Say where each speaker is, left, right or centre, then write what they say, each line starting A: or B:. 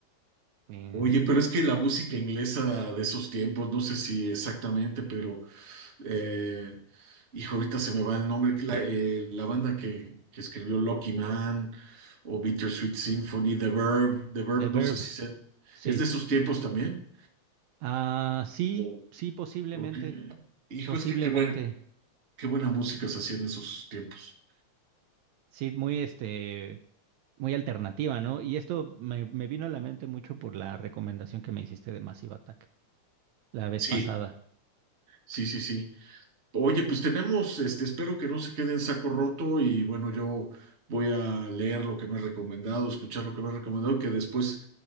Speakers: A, on the right (about 75°); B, on the right (about 30°).
A: En
B: Oye, pero es que la música inglesa de esos tiempos, no sé si exactamente, pero eh, hijo, ahorita se me va el nombre, que la, eh, la banda que, que escribió Lucky Man o Bittersweet Symphony, The Verb, The Verb,
A: The Verb,
B: no sé si se,
A: sí.
B: es de esos tiempos también.
A: Ah, sí,
B: O-
A: sí, posiblemente,
B: o qué- Hijo,
A: posiblemente.
B: es que qué buen- qué buena música se hacía en esos tiempos.
A: Sí, muy este, muy alternativa, ¿no? Y esto me, me vino a la mente mucho por la recomendación que me hiciste de Massive Attack la vez
B: Sí,
A: pasada.
B: sí, sí, sí. Oye, pues tenemos, este, espero que no se quede en saco roto y bueno, yo voy a leer lo que me has recomendado, escuchar lo que me has recomendado, que después